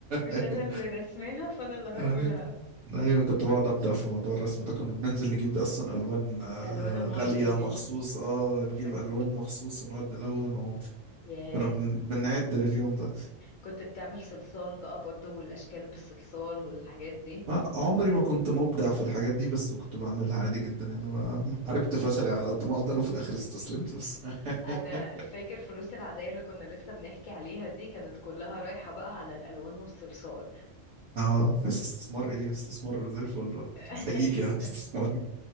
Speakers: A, on the left (about 80°); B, on the right (about 70°).
A: مش
B: ايوه
A: انا اللي رسماها فانا اللي هاكلها
B: ايوه ايوه كنت بقعد ابدا في موضوع الرسم ده كنا بننزل نجيب اصلا الوان آه،
A: الوان الميه
B: غاليه
A: دي
B: مخصوص اه نجيب
A: فك...
B: الوان مخصوص نقعد نلون وكنا
A: ياه
B: بن- بنعد لليوم ده
A: كنت بتعمل صلصال بقى برضو والاشكال بالصلصال والحاجات دي
B: ما عمري ما كنت مبدع في الحاجات دي بس كنت بعملها عادي جدا يعني ما ما حاربت فشلي على قد ما اقدر وفي الاخر استسلمت بس <laughs>
A: انا فاكر فلوس العاديه اللي كنا لسه بنحكي عليها دي كانت كلها رايحه بقى على الالوان والصلصال
B: اه بس استثمار ايه استثمار زي الفل
A: <laughs>
B: احييك
A: ايوه
B: يا استثمار